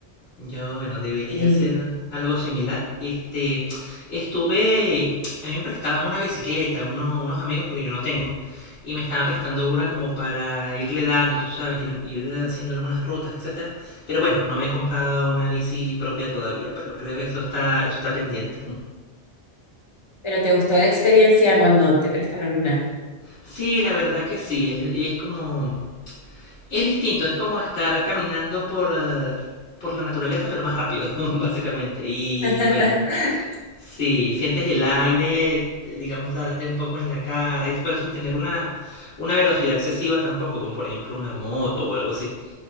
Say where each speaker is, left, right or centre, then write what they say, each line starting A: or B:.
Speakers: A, on the left; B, on the left.
A: Yo, bueno, debería
B: Sí.
A: ser algo similar. Este, estuve, a mí me prestaban una bicicleta, unos, unos amigos, porque yo no tengo, y me estaban prestando una como para irle dando, tú sabes, ir, ir haciendo algunas rutas, etcétera. Pero bueno, no me he comprado una bici propia todavía, pero creo que eso está, eso está pendiente.
B: Pero ¿te gustó la experiencia cuando te prestaron una?
A: Sí, la verdad que sí, es, es como, es distinto, es como estar caminando por, eh, por la naturaleza, pero más rápido, <laughs> básicamente. Y
B: <laughs>
A: bueno, Sí, sientes el aire, digamos, darte un poco en la cara, y- pero sin tener una, una velocidad excesiva tampoco, como por ejemplo una moto o algo así.